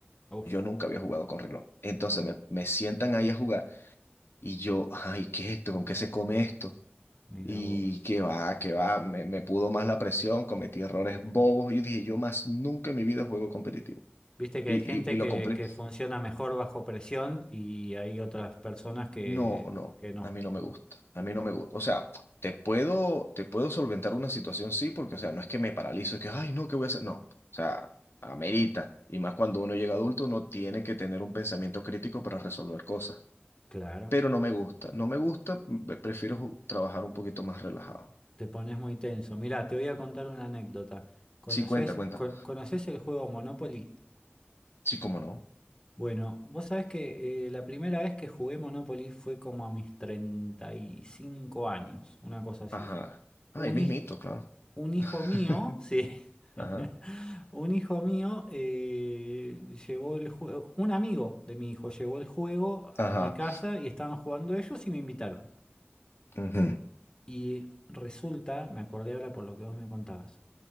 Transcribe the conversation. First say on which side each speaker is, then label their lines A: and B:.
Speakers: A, on the left; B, on the left.
A: uf,
B: Yo nunca había jugado con reloj. Entonces
A: todo.
B: me, me sientan ahí a jugar. Y yo, ay, ¿qué es esto? ¿Con qué se come esto?
A: Mira
B: Y
A: vos.
B: qué va, qué va, me, me pudo más la presión, cometí errores bobos. Yo dije, yo más nunca en mi vida juego competitivo.
A: Viste que
B: Y,
A: hay gente
B: y, y lo
A: que,
B: compré.
A: que funciona mejor bajo presión y hay otras personas que,
B: No, no,
A: que no.
B: a mí no me gusta, a mí
A: Va-
B: no me gusta. O sea, te puedo, te puedo solventar una situación, sí, porque, o sea, no es que me paralizo, es que, ay, no, ¿qué voy a hacer? No, o sea, amerita. Y más cuando uno llega adulto, uno tiene que tener un pensamiento crítico para resolver cosas.
A: claro.
B: Pero no me gusta, no me gusta, pre- prefiero ju- trabajar un poquito más relajado.
A: Te pones muy tenso. Mirá, te voy a contar una anécdota. ¿Conoces,
B: Sí, cuenta, cuenta.
A: co- conoces el juego Monopoly?
B: Sí, cómo no.
A: Bueno, vos sabés que eh, la primera vez que jugué Monopoly fue como a mis 35 años, una cosa así.
B: Ajá. Ahí
A: Un,
B: mismito,
A: hij-
B: claro. <laughs>
A: un hijo mío, sí, <laughs>
B: Ajá.
A: un hijo mío eh, llevó el juego, un amigo de mi hijo llevó el juego a
B: Ajá.
A: mi casa y estaban jugando ellos y me invitaron.
B: Ujú.
A: Y resulta, me acordé ahora por lo que vos me contabas.